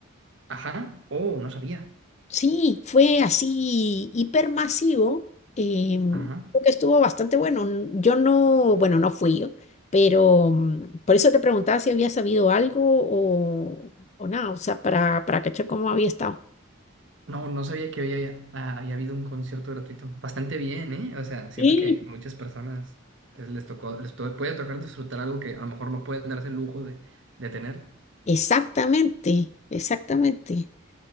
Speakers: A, on the right (about 60°); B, on the left (about 35°).
A: Ajá, oh, no sabía,
B: Sí, fue así hipermasivo. em,
A: ajá,
B: creo que estuvo bastante bueno. N- Yo no, bueno, no fui yo, pero mm, por eso te preguntaba si había sabido algo o, o nada, o sea, para, para cachar cómo había estado.
A: no, no sabía que había, ah, había habido un concierto gratuito, bastante bien, ¿eh? O sea, siento
B: Sí,
A: que muchas personas les, les tocó, les to- puede tocar disfrutar algo que a lo mejor no pueden darse el lujo de de tener.
B: exactamente, exactamente.